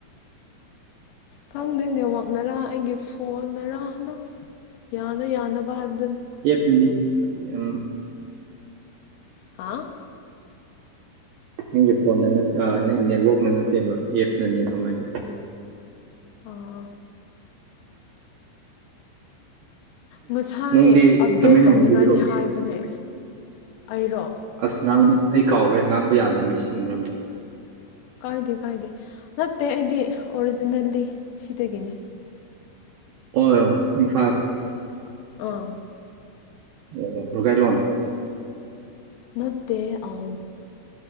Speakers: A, on the left; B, on the right.
A: ꯈꯪꯗꯦ ꯅꯦꯠꯋꯥꯛꯅꯔꯥ ꯑꯩꯒꯤ ꯐꯣꯟꯅꯔꯥ ꯑꯗꯨꯝ ꯌꯥꯅ ꯌꯥꯅꯕ ꯍꯥꯏꯕ
B: ꯑꯦꯞ ꯃꯤꯅꯤꯠ ꯑ
A: ꯍꯥ
B: ꯅꯪꯒꯤ ꯐꯣꯟꯗ ꯅꯠ ꯅꯦꯠꯋꯥꯛꯅ ꯅꯠꯇꯦꯕ ꯑꯦꯞꯅꯅꯦꯕ ꯃꯥꯒꯤ
A: ꯑꯣ ꯑꯣ ꯉꯁꯥꯏ
B: ꯅꯪꯗꯤ
A: ꯑꯞꯗꯦꯠ
B: ꯇꯃꯦꯡꯂꯣꯡꯗꯒꯤꯔꯣ
A: ꯇꯧꯅꯤꯡꯉꯥꯏꯗꯤ ꯍꯥꯏꯕꯅꯦ ꯑꯩꯔꯣ
B: ꯑꯁ ꯉꯥꯡꯉꯦ ꯑꯩ ꯀꯥꯎꯈ꯭ꯔꯦ ꯉꯥꯡꯕ ꯌꯥꯗꯕꯅꯦ ꯁꯤꯒꯤ ꯃꯔꯝꯗ
A: ꯀꯥꯏꯗꯦ ꯀꯥꯏꯗꯦ ꯅꯠꯇꯦ ꯑꯩꯗꯤ ꯑꯣꯔꯤꯖꯤꯅꯦꯜꯂꯤ ꯁꯤꯗꯒꯤꯅꯦ
B: ꯑꯣ ꯏꯝꯐꯥꯜ
A: ꯑꯥ
B: ꯑꯣ ꯔꯣꯒꯥꯏꯂꯣꯟ
A: ꯅꯠꯇꯦ ꯑꯝ